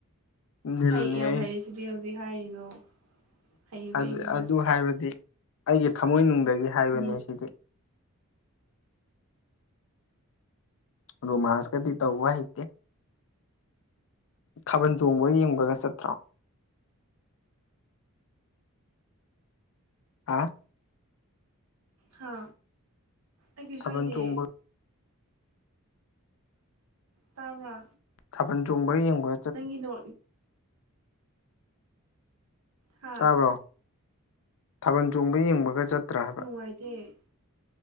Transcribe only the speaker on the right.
ꯍꯩ ꯌꯥꯝ
ꯍꯥꯏꯔꯤꯁꯤꯗꯤ ꯍꯧꯖꯤꯛ ꯍꯥꯏꯔꯤꯗꯣ ꯍꯩꯕꯩꯅꯤꯗ
ꯅꯤꯜ
ꯍꯥ ꯑꯩ ꯀꯩꯁꯨꯏꯗꯌꯦ
ꯇꯕꯔꯥ
ꯅꯪꯒꯤ ꯅꯣ ꯍꯥ
ꯥꯏꯗꯦ